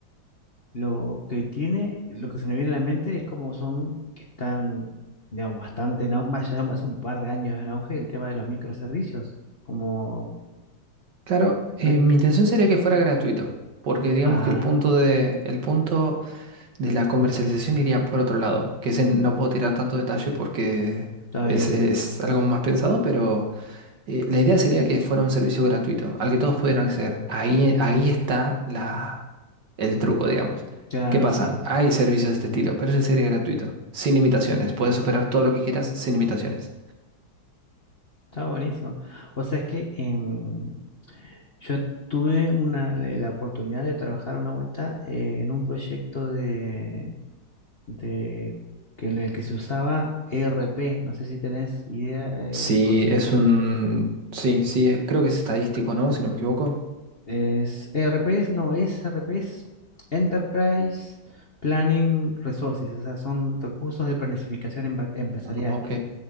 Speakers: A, on the left; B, on the right.
A: Lo que tiene, lo que se me viene a la mente es como son, que están, digamos, bastante en auge, ya hace un par de años en auge el tema de los microservicios, como,
B: Claro, eh,
A: ve-
B: mi intención sería que fuera gratuito, porque digamos
A: ah,
B: que el punto de, el punto de la comercialización iría por otro lado, que ese no puedo tirar tanto detalle porque
A: está
B: es,
A: bien,
B: es algo más pensado, pero... Eh, la idea sería que fuera un servicio gratuito, al que todos pudieran acceder. Ahí, ahí está la, el truco, digamos.
A: claro,
B: ¿Qué pasa?
A: sí,
B: Hay servicios de este estilo, pero ese sería gratuito, sin limitaciones. Puedes operar todo lo que quieras sin limitaciones.
A: está buenísimo. O sea, es que em, yo tuve una, la, la oportunidad de trabajar una vuelta eh, en un proyecto de, de- que en el que se usaba ERP, no sé si tenés idea, eh,
B: Sí,
A: conocimiento
B: es
A: de lo
B: un...
A: que
B: Sí, sí, eh, creo que es estadístico, ¿no? Si no me equivoco.
A: Es ERPs, no, es ERPs, Enterprise Planning Resources, o sea, son recursos de planificación empa- empresarial.
B: Ok.